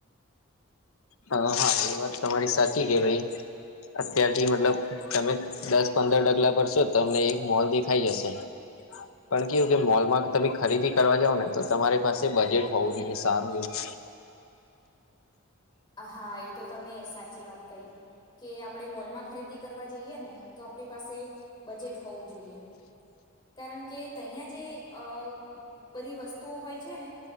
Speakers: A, on the left; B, on the left.
A: હા હા એ વાત તમારી સાચી છે કૈવાય અત્યારથી મતલબ તમે દસ પંદર ડગલા પરશો તમને એક મોલ દેખાઈ જશે. હ <unintelligible> પણ કેવું
B: હા
A: કે મોલમાં તમે ખરીદી કરવા જાવ ને તો તમારી પાસે બજેટ હોવું જોઈએ સારું એવું
B: હા એ તો તમે સાચી વાત કહી કે આપણે મોલમાં ખરીદી કરવા જઈએ ને તો આપણી પાસે બજેટ હોવું જોઈએ કારણ કે તહીયા જે અ બધી વસ્તુઓ હોય છે ને